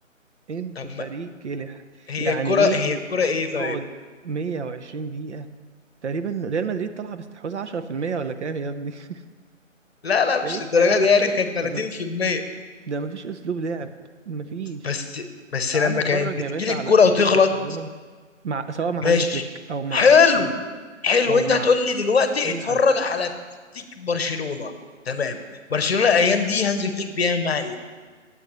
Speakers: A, on the right (about 60°); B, on the left (about 50°).
A: أنتوا
B: طب
A: فريق
B: ما
A: كلح
B: هي
A: يعني
B: الكرة
A: إيه
B: هي الكرة ايه طيب
A: تقعد 120 دقيقة تقريبا ريال مدريد طالعة باستحواذ 10% ولا كام يا ابني <laughs>
B: لا لا مش
A: ده إيه الكلاحة
B: الدرجة دي يعني
A: دي
B: كان 30%
A: ده ما ده ما فيش أسلوب لعب ما فيش
B: بس بس
A: تعال
B: لما
A: اتفرج
B: كانت بتجيلي
A: يا باشا على
B: الكرة
A: اسلوب
B: وتغلط
A: برشلونة مع سواء مع
B: ماشي
A: هانز فليك او مع
B: حلو
A: تشيف
B: حلو
A: او
B: انت
A: مع
B: هتقول لي دلوقتي
A: اي
B: اتفرج
A: حد
B: على تكتيك برشلونة تمام برشلونة الايام دي هانزي فليك بيعمل معاها ايه